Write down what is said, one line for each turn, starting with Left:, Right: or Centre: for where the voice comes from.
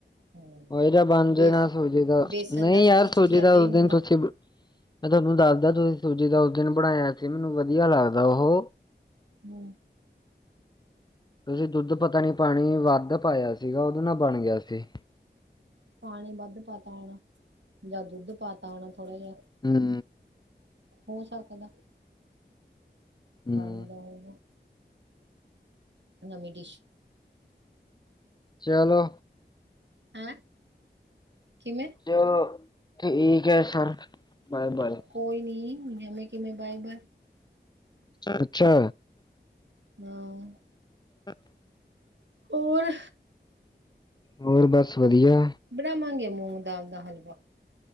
Right: ਹੂੰ
Left: ਹੋ ਜਾ ਬਣ ਜਾਏਗਾ
Right: ਬੇਸ
Left: ਸੂਜੀ ਦਾ
Right: ਬੇਸਣ
Left: ਨਹੀਂ
Right: ਦਾ ਵੀ
Left: ਯਾਰ
Right: ਖਿਚੜੀ
Left: ਸੂਜੀ
Right: ਵਰਗਾ
Left: ਦਾ ਉਸ
Right: ਹੀ
Left: ਦਿਨ
Right: ਹੁੰਦਾ।
Left: ਤੁਸੀਂ ਮੈਂ ਤੁਹਾਨੂੰ ਦੱਸਦਾ ਤੁਸੀਂ ਸੂਜੀ ਦਾ ਉਸ ਦਿਨ ਬਣਾਇਆ ਸੀ ਮੈਨੂੰ ਵਧੀਆ ਲੱਗਦਾ ਉਹ
Right: ਹੂੰ
Left: ਤੁਸੀਂ ਦੁੱਧ ਪਤਾ ਨੀ ਪਾਣੀ ਵੱਧ ਪਾਇਆ ਸੀਗਾ ਉਹਦੇ ਨਾਲ ਬਣ ਗਿਆ ਸੀ।
Right: ਪਾਣੀ ਵੱਧ ਪਾਤਾ ਹੋਣਾ ਜਾਂ ਦੁੱਧ ਪਾਤਾ ਹੋਣਾ ਥੋੜਾ ਜਿਹਾ
Left: ਹੁੰ
Right: ਹੋ ਸਕਦਾ,
Left: ਹੂੰ
Right: ਬਣ ਗਿਆ ਹੋਵੇ। ਨਵੀਂ ਡਿਸ਼
Left: ਚਲੋ
Right: ਹੈਂ, ਕਿਵੇਂ?
Left: ਚਲੋ ਠੀਕ ਐ ਸਰ ਬਾਏ ਬਲ
Right: ਕੋਈ ਨੀ ਐਵੇਂ ਕਿਵੇਂ ਬਾਏ ਬਾਏ
Left: ਅੱਛਾ
Right: ਹਾਂ
Left: ਅੱ <inaudible>
Right: ਹੋਰ
Left: ਹੋਰ ਬਸ ਵਧੀਆ।
Right: ਬਣਾਵਾਂਗੇ ਮੂੰਗ ਦਾਲ ਦਾ ਹਲਵਾ।